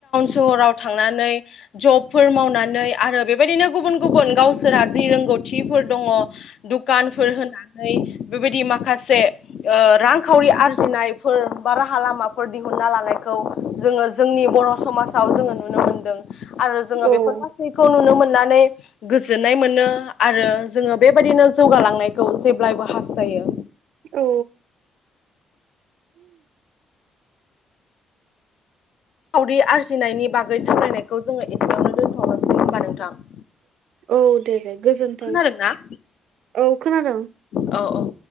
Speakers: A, on the left; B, on the right.
A: सहाव थांनानै जबफोर मावनानै आरो बेबायदिनो गुबुन गुबुन गाव सोरहा जि रोंगौथिफोर दङ दुखानफोर होनानै बेबायदि माखासे ओ रांखावरि आरजिनायफोर बा राहा लामाफोर दिहुनना लानायखौ जोङो जोंनि बर' समाजाव जोङो नुनो मोनदों आरो जोङो
B: औ
A: बेफोर गासैखौ नुनो मोननानै गोजोननाय मोनो आरो जोङो बेबायदिनो जौगालांनायखौ जेब्लायबो हास्थायो
B: औ
A: खावरि आरजिनायनि बागै सावरायनायखौ जोङो एसेयावनो दोन्थ'नोसै होमबा नोंथां
B: औ दे दे गोजोनथों
A: खोनादों ना
B: औ खोनादों
A: औ औ